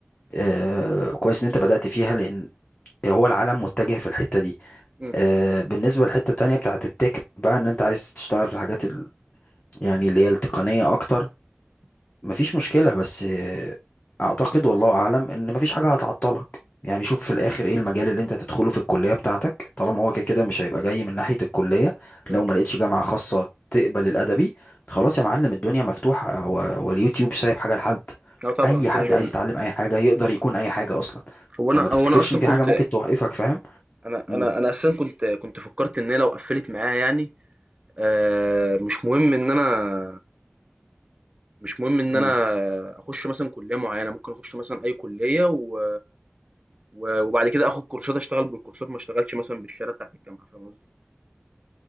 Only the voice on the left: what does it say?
آه... كويس ان انت بدأت فيها لان هو العالم متجه في الحته دي
آه بالنسبه للحته التانيه بتاعت التك بقى ان انت عايز تشتغل في الحاجات يعني اللي هي التقنية أكتر مفيش مشكلة بس آه، أعتقد والله أعلم إن مفيش حاجة هتعطلك يعني شوف في الآخر إيه المجال اللي أنت تدخله في الكلية بتاعتك طالما هو كده كده مش هيبقى جاي من ناحية الكلية
لو ما لقيتش جامعة خاصة تقبل الأدبي خلاص يا معلم الدنيا مفتوحة هو واليوتيوب سايب حاجة لحد
أي
حد
عايز يتعلم أي حاجة يقدر يكون أي حاجة أصلا
فما تفتكرش
إن في
حاجة ممكن توقفك فاهم؟
مم،
مم،